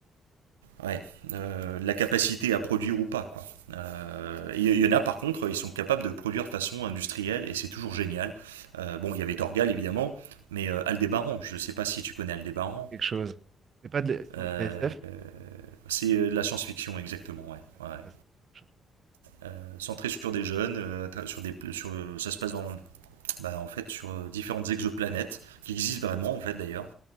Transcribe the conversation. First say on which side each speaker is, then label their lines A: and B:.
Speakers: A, on the right; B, on the right.
A: Ouais, euh, la capacité à produire ou pas, quoi. Euh, Il y, y en a par contre, ils sont capables de produire de façon industrielle et c'est toujours génial. Euh, bon, il y avait Torgal évidemment, mais euh, Aldébaran, je ne sais pas si tu connais Aldébaran.
B: me dit Quelque chose. C'est pas de, la- c'est
A: Euh,
B: de la SF?
A: euh, c'est euh, de la science-fiction exactement, ouais.
B: Ah, c'est
A: ouais. ouais.
B: pas ça. me dit quelque chose.
A: Euh, centré sur des jeunes, euh, tra- sur des, pla- sur, euh, ça se passe dans, bah, en fait, sur euh, différentes exoplanètes qui existent vraiment en fait d'ailleurs.